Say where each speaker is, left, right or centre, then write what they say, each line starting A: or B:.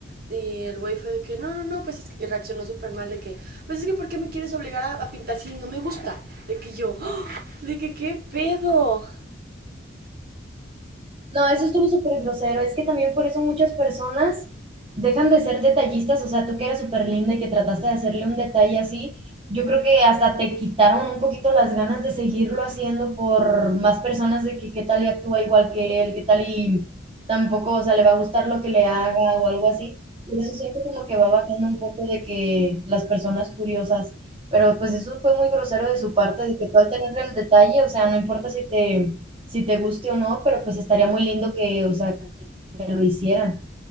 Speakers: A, on the right; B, on the right.
A: Y el güey fue de que, no, no, no, pues es que y reaccionó súper mal de que, pues es que ¿por qué me quieres obligar a, a pintar si no me gusta? De que yo, "Ah, de que qué pedo.
B: No, eso estuvo súper grosero. Es que también por eso muchas personas dejan de ser detallistas. O sea, tú que eras súper linda y que trataste de hacerle un detalle así, yo creo que hasta te quitaron un poquito las ganas de seguirlo haciendo por más personas de que qué tal y actúa igual que él, qué tal y tampoco, o sea, le va a gustar lo que le haga o algo así. Por eso siento como que va bajando un poco de que las personas curiosas, pero pues eso fue muy grosero de su parte, de que tú al tener el detalle, o sea, no importa si te si te guste o no, pero pues estaría muy lindo que, o sea, que lo hicieran.